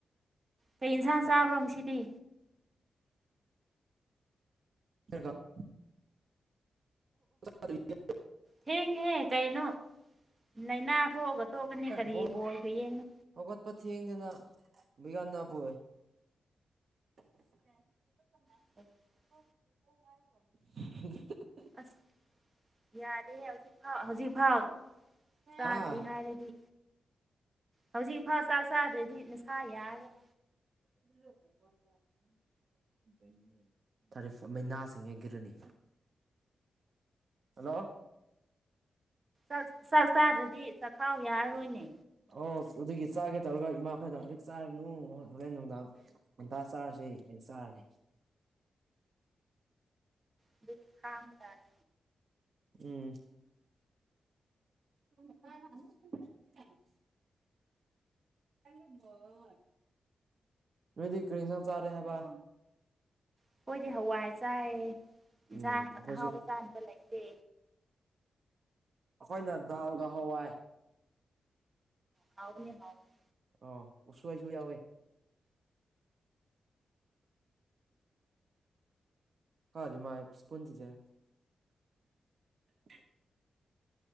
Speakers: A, on the right; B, on the right.
A: ꯀꯩ ꯏꯟꯁꯥꯡ ꯆꯥꯕ꯭ꯔꯣ ꯉꯁꯤꯗꯤ
B: <unintelligible> <unintelligible>
A: ꯊꯦꯡꯍꯦ ꯀꯩꯅꯣ ꯂꯥꯏꯅꯥ ꯊꯣꯛꯑꯒ ꯇꯣꯛꯀꯅꯤ ꯀꯔꯤ
B: ꯕꯣꯛ
A: ꯕꯣꯜꯁꯨ ꯌꯦꯡꯅꯣ
B: ꯍꯧꯒꯠꯄ ꯊꯦꯡꯗꯦꯅ ꯕꯤꯒ꯭ꯌꯥꯟ ꯑꯣꯏ <unintelligible>
A: <inaudible>
B: <unintelligible>
A: ꯑꯁ ꯌꯥꯗꯦꯍꯦ ꯍꯧꯖꯤꯛꯐꯥꯎ ꯍꯧꯖꯤꯛꯐꯥꯎ ꯆꯥꯗ꯭ꯔꯤ
B: ꯍꯥ
A: ꯍꯥꯏꯔꯗꯤ ꯍꯧꯖꯤꯛ ꯏꯐꯥꯎ ꯆꯥꯛ ꯆꯥꯗ꯭ꯔꯗꯤ ꯅꯥꯁꯥ ꯌꯥꯔꯥꯔꯣꯏ
B: <unintelligible> <unintelligible> ꯊꯔꯇꯤ ꯐꫭꯔ ꯃꯩꯅꯥꯁꯤꯡꯑꯦ ꯒꯤꯔꯅꯤ ꯍꯜꯂꯣ
A: ꯥꯆꯥꯛ ꯆꯥꯛ ꯆꯥꯗ꯭ꯔꯗꯤ ꯆꯥꯛꯈꯥꯎ ꯌꯥꯔꯔꯣꯏꯅꯦ
B: ꯑꯣ ꯑꯗꯨꯒꯤ ꯆꯥꯒꯦ ꯇꯧꯔꯒ ꯏꯃꯥꯈꯣꯏꯅ ꯍꯧꯖꯤꯛ ꯆꯥꯔꯅꯨ ꯍꯣꯔꯦ ꯅꯨꯡꯗꯥꯡ ꯉꯟꯇꯥ ꯆꯥꯔꯁꯨ ꯌꯥꯏ ꯑꯩ ꯆꯥꯔꯅꯤ
A: ꯑꯗꯨꯗꯤ ꯈꯥꯡꯕ ꯇꯥꯔꯦ
B: ꯎꯝ <unintelligible> <unintelligible> ꯅꫭꯏꯗꯤ ꯀꯔꯤ ꯏꯟꯖꯥꯡ ꯆꯥꯔꯦ ꯍꯥꯏꯕ
A: ꯑꯩꯈꯣꯏꯗꯤ ꯍꯋꯥꯏ ꯆꯥꯏ ꯏꯟꯁꯥꯡ
B: ꯎꯝ ꯑꯩꯈꯣꯏꯁꯨ
A: ꯑꯍꯥꯎꯕ ꯆꯥꯅꯕ ꯂꯩꯇꯦ
B: ꯑꯩꯈꯣꯏꯅ ꯗꯥꯜꯒ ꯍꯋꯥꯏ
A: ꯍꯥꯎꯕꯅꯦ ꯍꯥꯎꯕꯅꯦ
B: ꯑꯣ ꯎꯁꫭꯏꯁꯨ ꯌꯥꯎꯋꯦ ꯍꯥꯎꯗꯤꯃꯥꯏ ꯏꯁꯄꯨꯟꯇꯤꯗꯤꯖꯦ <inaudible>